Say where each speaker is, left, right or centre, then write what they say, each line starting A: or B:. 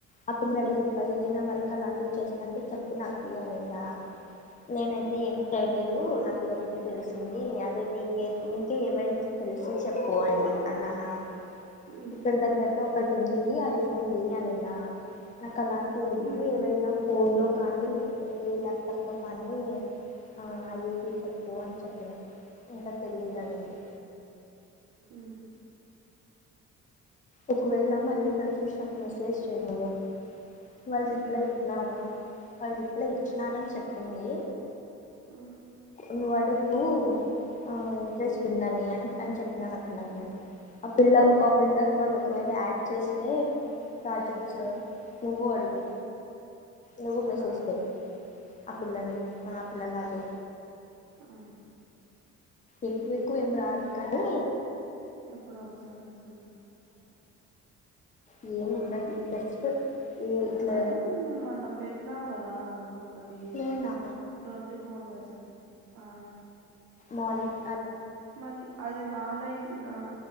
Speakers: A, on the left; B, on the right.
A: ఆ పిల్ల అడిగింది ఏదైనా వర్క్ అలాంటివి చేస్తాంటే చేపిన అందా నేనైతే
B: ఉమ్
A: ఏం చేయలేదు నాకు ఇది ఒకటే తెలిసింది అదే నీకే నీ ఏ ఈవెంట్స్ తెలిస్తే చెప్పు అని అన్నానా
B: ఉమ్
A: ఇక్కడ దగ్గర్లో
B: ఉమ్
A: ఒకటి ఉంది అ పోండి అనింద అలాంటి వద్దు
B: ఉమ్
A: ఏవైనా
B: ఉమ్
A: ఫోన్ లో కాళీ లేెకపోతే లాప్టాప్ లో కానీ ఆ అయ్యేకి చెప్పు అని చెప్పిన ఇకా తెలీయదు అనింది
B: హ్మ్
A: ఒకవేళ మళ్ళీ ప్రతుషాకి మేసేజ్ చేయ్ నువ్వు వాళ్ళు రిప్లై
B: ఏమని
A: ఇచ్చినారు వాళ్ళు రిప్లై ఇచ్చినారని చెప్ ఏంది
B: ఉహ్
A: నువ్ అడుగు నువ్వు ఆ ఇంట్రెస్ పిందాని అని చెప్పినాను ఆ పిల్లకు నేను ఆ పిల్ల ఆపిల్లక్ వాళ్ళు ఒకవేళ యాడ్ చేస్తే జెక్ట్స్
B: ఆ
A: నువ్వు అడుగు నువ్వు
B: ఆ,
A: మెసేజ్
B: ఆ,
A: చెయ్ ఆ పిల్లని
B: ఓకే
A: ఆ పిల్లలా ఓ
B: ఆ
A: ఎక్కువ ఎక్కువ్ రాదు కానీ
B: ఎప్పుడు ఒకసారి అసలు
A: ఇ ఏమి ఉండదు జస్ట్ ఇట్లా
B: అది నువ మెన్న పెట్టినావు కదా దా ఓ ఒకటి
A: నేనా
B: ట్వంటీ ఫోర్ బై సెవెన్ ఆ
A: మలిక్
B: మళ్ళిఅది నానయటిఆ